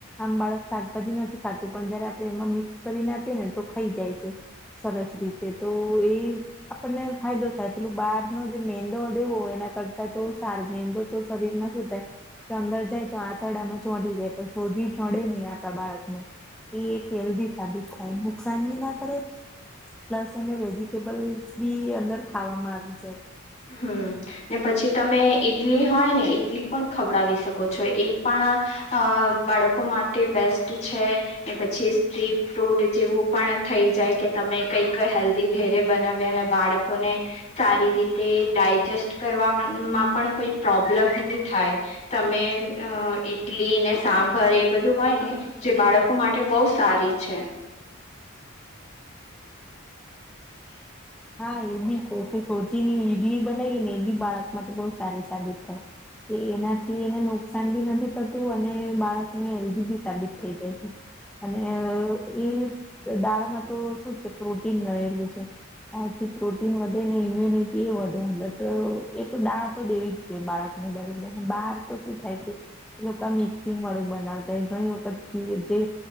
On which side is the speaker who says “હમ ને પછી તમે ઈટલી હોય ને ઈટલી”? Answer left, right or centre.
Left